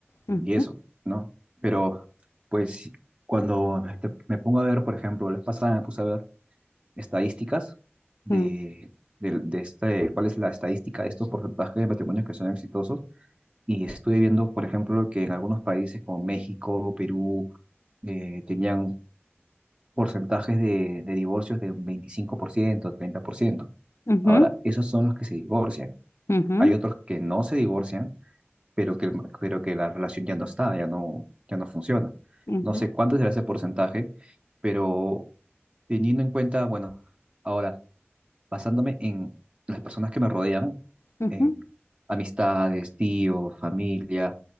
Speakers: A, on the left; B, on the right.
A: ujú,
B: y eso, ¿no? Pero pues cuando este, me pongo a ver, por ejemplo, la vez pasada me puse a ver estadísticas de,
A: mm,
B: de, de este, cuál es la estadística de estos porcentajes de matrimonios que son exitosos y estuve viendo, por ejemplo, que en algunos países como México, Perú, eh, tenían porcentajes de, de divorcios de un 25%, 30%.
A: ujú,
B: Ahora, esos son los que se divorcian.
A: ujú,
B: Hay otros que no se divorcian pero que, el ma- pero que la relación ya no está, ya no, ya no funciona.
A: ujú,
B: No sé cuánto será ese porcentaje, pero teniendo en cuenta, bueno, ahora, basándome en las personas que me rodean,
A: ujú.
B: en amistades, tíos, familia,